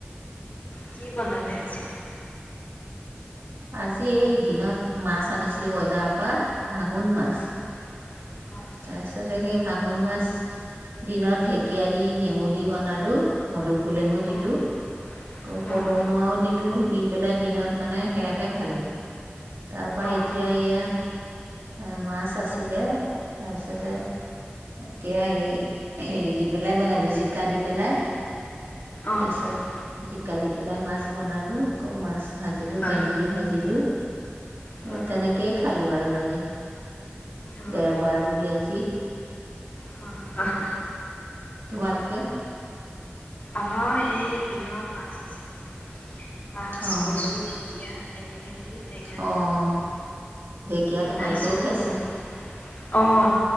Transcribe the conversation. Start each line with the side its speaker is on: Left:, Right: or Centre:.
Left: কি বনালে আজি?
Right: আজি এই দিনত মাছ আনিছিল বজাৰৰ পৰা ভাল, ভাঙ্গন মাছ
Left: হয়, হয়,
Right: তাৰপিছত সেই ভাঙ্গন মাছ দিনত ঢেকীয়া দি নেমু দি বনালো মধুখ ফোলেঙো দিলো
Left: অ'।
Right: অ
Left: হয়,
Right: পননুৱও দিলো। দি পেলাই দিনত মানে সেয়াকে খালো। তাৰপা
Left: অ'।
Right: এতিয়া এয়া এ মাছ আছিলে। তাৰপিছতে
Left: হয়।
Right: এতিয়া এই হেৰি দি পেলাই বনালো জিকা দি পেলাই।
Left: অ',
Right: তাৰপাছত
Left: অ',
Right: কাঢ়ি পেলাই মাছ বনালোঁ। আকৌ মাছ ভাজিলোঁ।
Left: হয়,
Right: ভেন্দি
Left: হয়,
Right: ভাজিলোঁ
Left: হয়,
Right: এ, তেনেকেই
Left: হয়,
Right: খালোঁ আৰু আ জি
Left: অ',
Right: দেওবাৰ
Left: অ'।
Right: বুলি আজি
Left: হয়, হয়।
Right: তোমালোকে
Left: সেয়া। আমাৰ সেই, দিনত মাছ আছিলে। মাছ,
Right: অ',
Left: কচু, ঢেকীয়া এনেকে টেঙা
Right: অ',
Left: দি বনালোঁ।
Right: ঢেকীয়া তোমালোকেও
Left: তাৰ পিছত অ',
Right: খাইছা